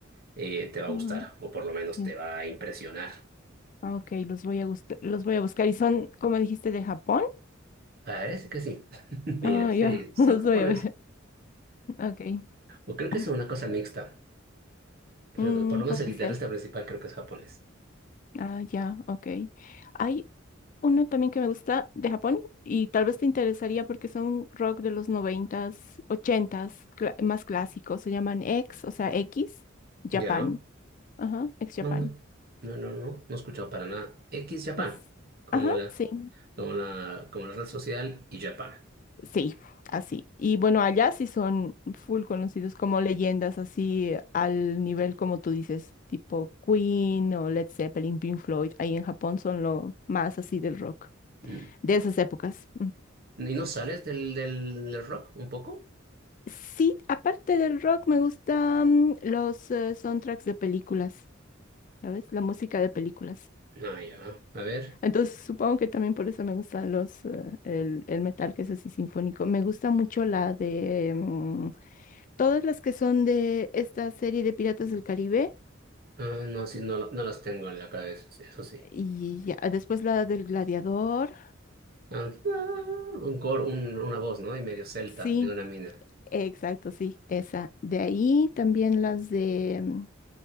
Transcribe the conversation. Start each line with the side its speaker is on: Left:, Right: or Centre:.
Right: eh, te va a
Left: Ajá.
Right: gustar, o por lo menos
Left: Mm,
Right: te va a impresionar.
Left: ah, Ok, los voy a gust- los voy a buscar. ¿Y son, como dijiste, de Japón?
Right: Parece que sí. <laughs> Mira,
Left: Ah,
Right: sí,
Left: ya. <laughs>
Right: son
Left: Los
Right: japoneses.
Left: voy a ver. Ok.
Right: O creo que
Left: <laughs>
Right: es una cosa mixta. pero
Left: Mm,
Right: Por lo menos
Left: puede
Right: el guitarrista
Left: ser.
Right: principal creo que es japonés.
Left: Ah, ya, ok. Hay una también que me gusta de Japón y tal vez te interesaría porque son rock de los noventas, ochentas, cla- más clásicos. Se llaman X, o sea, X, Japan.
Right: Ya.
Left: Ajá, X Japan.
Right: No, no. No, no, no. No he escuchado para nada. X Japan.
Left: Es-
Right: Como
Left: Ajá,
Right: la,
Left: sí,
Right: como la, como la red social y Japan.
Left: sí, así. Y bueno, allá sí son full conocidos como leyendas, así al nivel como tú dices, tipo Queen o Led Zeppelin, Pink Floyd. Ahí en Japón son lo más así del rock,
Right: Mm.
Left: de esas épocas.
Right: ¿Y no sales del, del, del rock un poco?
Left: Sí, aparte del rock me gustan los eh, soundtracks de películas, ¿sabes? La música de películas.
Right: Ah, ya. A ver.
Left: Entonces supongo que también por eso me gusta los, eh, el, el metal que es así sinfónico. Me gusta mucho la de mm, todas las que son de esta serie de Piratas del Caribe
Right: Ah, no, sí, no, no las tengo en la cabeza. sí, eso sí.
Left: y ya, después la del Gladiador.
Right: Ah, ah, un coro, un- una voz, ¿no? Y medio celta
Left: Sí,
Right: de una mina.
Left: exacto, sí, esa. De ahí también las de mm,